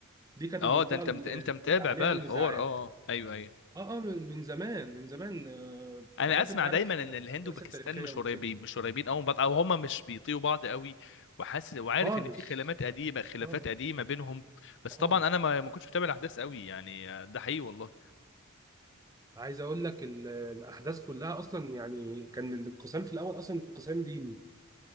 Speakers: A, on the right; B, on the left.
A: دي كانت
B: اه
A: المنطقه
B: ده انت
A: اللي
B: مت... انت متابع
A: عليها
B: بقى الحوار
A: النزاعات
B: اه آه. ايوه ايوه
A: اه اه من من زمان من زمان آه
B: انا
A: بحب
B: اسمع
A: انت عارف
B: دايما
A: الاحداث
B: ان الهند وباكستان
A: التاريخيه
B: مش
A: وكده
B: قريبين مش قريبين قوي من بعض او هم مش بيطيقوا بعض قوي وحاسس وعارف
A: خالص
B: ان في خلافات
A: خالص
B: قديمه خلافات
A: خالص.
B: قديمه بينهم بس طبعا
A: اه
B: انا ما ما كنتش متابع الاحداث قوي يعني آه، ده حقيقي والله
A: عايز اقول لك ال- الاحداث كلها اصلا يعني كان الانقسام في الاول اصلا انقسام ديني